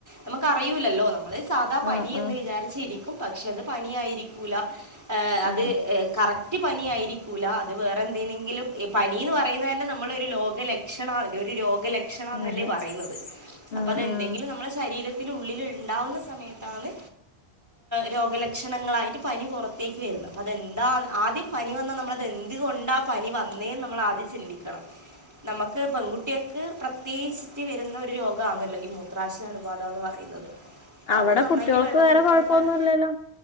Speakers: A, on the right; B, on the left.
A: നമുക്ക അറിയുല്ലല്ലോ നമ്മള് സാധാ പനി
B: ഉം
A: എന്ന്
B: ഉം
A: വിചാരിച്ചിരിക്കും പക്ഷെ അത് പനായിരിക്കൂല അത്
B: ആ
A: കറക്റ്റ് പനി ആയിരിക്കൂല അത് വേറെ എന്തിനിങ്കിലും പനിന്ന് പറയുന്നത് തന്നെ നമ്മള ഒരു രോഗലക്ഷണം ഒരു രോഗലക് ക്ഷണം എന്നല്ലേ
B: അതെ
A: പറയുന്നത്
B: ഉം
A: അപ്പ അതെന്തെങ്കിലും
B: ഉം
A: നമ്മ ളെശരീരത്തിനുള്ളിൽ ഉണ്ടാവുന്ന സമയത്താണ് രോഗലക്ഷണങ്ങളായിട്ട് പനി പുറത്തേക്ക് വരുന്നു അപ്പം അതെന്താ ആദ്യം പനി വന്നാൽ നമ്മളത് എന്ത് കൊണ്ടാ പനി വന്നേ നമ്മൾ ആദ്യം ചിന്തിക്കണം നമുക്ക് പെൺകുട്ടിയക്ക്െ പ്രത്യേകിച്ചിട്ട് വരുന്ന ഒരു രോഗമാണല്ലോ ഈ മൂത്രാശാ അണു ബാധ എന്ന് പറയുന്നത് <inaudible>
B: അവിടെ
A: നന്നായിട്ട്
B: കുട്ടികൾക്ക്
A: വെള്ളം
B: വേറെ
A: കുടിക്കാൻ
B: കൊഴപ്പൊന്നുംല്ലല്ലോ
A: വേണ്ടി പറഞ്ഞു